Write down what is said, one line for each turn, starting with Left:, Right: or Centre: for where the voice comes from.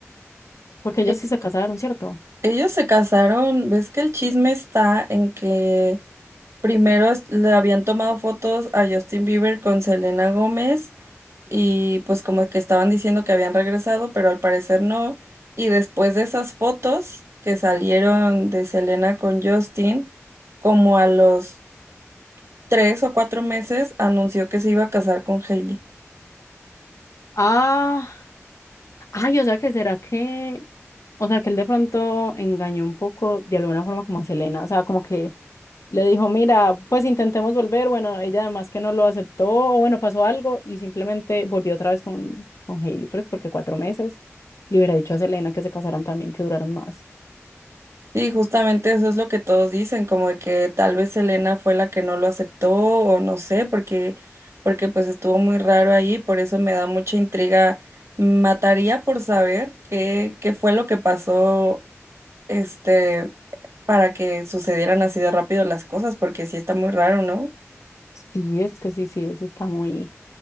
Left: porque ellos
Right: E-
Left: sí se casaron, ¿cierto?
Right: Ellos se casaron, ves que el chisme está en que primero es- le habían tomado fotos a Justin Bieber con Selena Gómez. y pues como que estaban diciendo que habían regresado, pero al parecer no. Y después de esas fotos que salieron de Selena con Justin, como a los tres o cuatro meses, anunció que se iba a casar con Hailey.
Left: Ah, Ay, o sea que será que O sea, que él de pronto engañó un poco de alguna forma como a Selena, o sea, como que le dijo, mira, pues intentemos volver, bueno, ella además que no lo aceptó, o bueno, pasó algo y simplemente volvió otra vez con, con Hailey, pues porque cuatro meses le hubiera dicho a Selena que se casaran también, que duraran más.
Right: Y justamente eso es lo que todos dicen, como de que tal vez Selena fue la que no lo aceptó o no sé, porque, porque pues estuvo muy raro ahí, por eso me da mucha intriga. Mataría por saber qué, qué fue lo que pasó este, para que sucedieran así de rápido las cosas, porque sí está muy raro, ¿no?
Left: Sí, es que sí, sí, eso está muy,